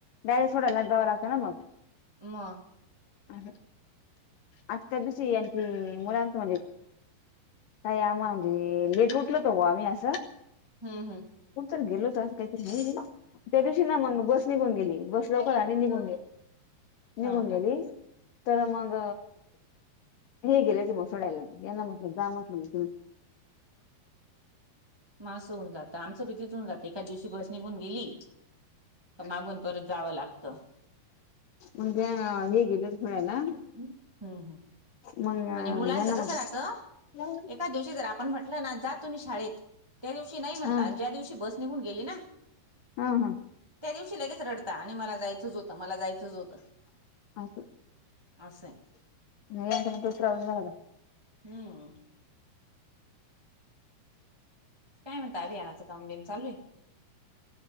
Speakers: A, on the left (about 70°); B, on the right (about 30°).
A: डायरेक्ट सोडायला जावं लागत ना मग.
B: म.
A: आहे, आजच्या दिवशी यांचे मुलात म्हणजे तवा म्हणजे लेट उठलो होतो आम्ही असं
B: हम्म हम्म.
A: कोणीतरी गेलो होतो असं काहीतरी आहे ना. त्या दिवशी ना मग बस निघून गेली, बस लवकर आणि निघून गेली,
B: हा
A: निघून गेली
B: हा
A: तर मग, हे गेले होते मग सोडायला, यांना म्हटल जा म्हटले मग. हम्म.
B: म आस होऊन जातात एखाद दिवशी बस निघून गेली पण मागून परत जावं लागत.
A: मंग ह्या हे गेलेत सोडायला.
B: हम्म हम्म
A: मग
B: आणि मुलांचं
A: यांना
B: कसं राहतं
A: म्हटलं
B: एका दिवशी जर आपण म्हटलं ना जा तुम्ही शाळेत त्या दिवशी नाही म्हणता
A: हा
B: ज्या दिवशी बस निघून गेली ना
A: हा हा.
B: त्या दिवशी लगेच रडता आणि मला जायचंच होतं मला जायचंच होतं.
A: असं
B: असंय
A: नाहींत तो प्रॉब्लेम झाला होता.
B: हम्म. काय म्हणता अभियानाच कामबीम चालूये.